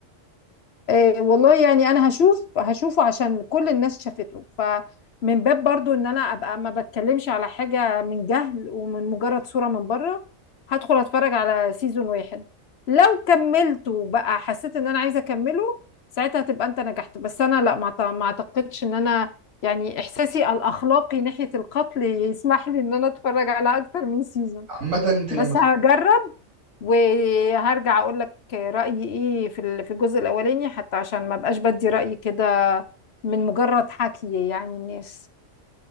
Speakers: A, on the left; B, on the right.
A: إيه والله يعني انا هشوف هشوفه عشان كل الناس شافته فمن باب برضو ان انا ابقى ما بتكلمش على حاجة من جهل ومن مجرد صورة من بره هدخل اتفرج على سيزون واحد لو كملته بقى حسيت ان انا عايزة اكمله ساعتها تبقى انت نجحت بس انا لا ما أعت- ما اعتقدش ان انا يعني احساسي الاخلاقي ناحية القتل يسمح لي ان انا اتفرج على اكتر من سيزون
B: عامة انت
A: بس
B: لما تك-
A: هجرب وهرجع اقول لك رأيي ايه في ال- في الجزء الاولاني حتى عشان ما بقاش بدي رأيي كده من مجرد حكي يعني الناس